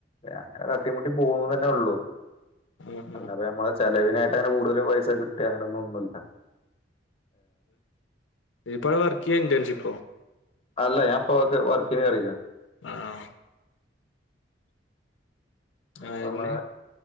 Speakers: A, on the left (about 30°); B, on the left (about 80°).
A: അങ്ങന തട്ടിമുട്ടി പോന്ന് തന്നെ ഉള്ളൂ
B: ആഹ്
A: അല്ലാ
B: ആഹ്.
A: നമ്മ ചെലവിനായിട്ട് അങ്ങനെ കൂടുതൽ പൈസ കിട്ടി അങ്ങനൊന്നും ഒന്നുമില്ല
B: ഇപടെ വർക്ക് ചെയ്യാ ഇന്റേൺഷിപ്പ
A: അല്ല ഞപ്പൊക്ക വർക്കിന്ക്കറിക
B: ആഹ് ആന്നെ
A: പറാ